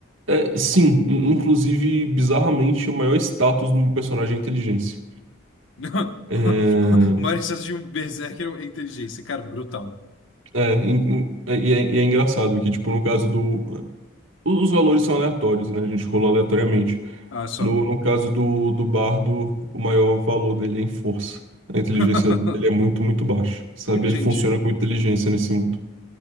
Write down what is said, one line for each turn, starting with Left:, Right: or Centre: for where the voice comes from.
Right: é, sim, in- inclusive, bizarramente, o maior status do meu personagem é inteligência.
Left: Não,
Right: É,
Left: O maior excesso <laughs> de um berserker é inteligência, cara, brutal.
Right: É, em- em- é, e é, e é engraçado que, tipo, no caso do. Os valores são aleatórios, né? A gente rolou aleatoriamente.
Left: Ah, só.
Right: No, no caso do, do bardo, o maior valor dele é em força. A inteligência
Left: <laughs>
Right: dele é muito, muito baixa, sabe?
Left: Entendi.
Right: Ele funciona com inteligência nesse mundo.